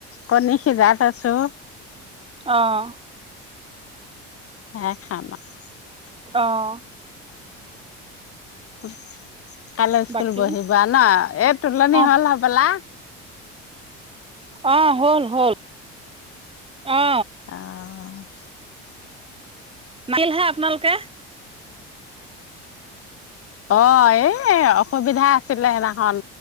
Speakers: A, on the left (about 50°); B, on the right (about 20°).
A: কণী সিজাই থৈছো।
B: অঁ।
A: হে খানা আৰু <inaudible>
B: অঁ।
A: উম। কাইলৈ স্কুল
B: বাকী
A: বহিব ন, এই তুলনি
B: অ
A: হল হবলা?
B: অ' হ'ল হ'ল। অ
A: অঁ।
B: নাহিলহে আপোনালোকে।
A: অ এই অসুবিধা আছিলে সেনাখন